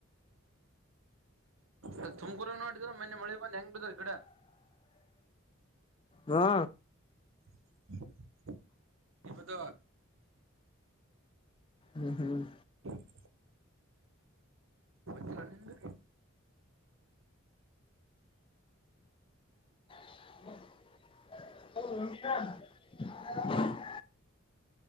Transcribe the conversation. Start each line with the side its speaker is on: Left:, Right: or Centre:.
Right: ಅ ತುಮಕೂರ ನೋಡಿದ್ರ ಮೊನ್ನೆ ಮಳೆ ಬಂದು ಹೆಂಗ ಇ ಕಡೆ
Left: ಹಾ
Right: ಹ ದ
Left: ಹ್ಮ್ ಹ್ಮ್
Right: ಹ ಚಲಾಲಿಂದ
Left: ಹೌ